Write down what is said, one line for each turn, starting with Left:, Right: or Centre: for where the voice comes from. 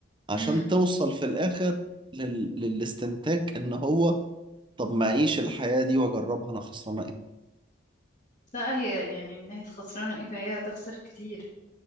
Right: عشان
Left: امم
Right: توصل في الآخر لل... للاستنتاج إن هو طب ما أعيش الحياة دي وأجربها أنا خسرانة إيه؟
Left: لا هي يعني من ناحية خسرانة ايه فهي هتخسر كتير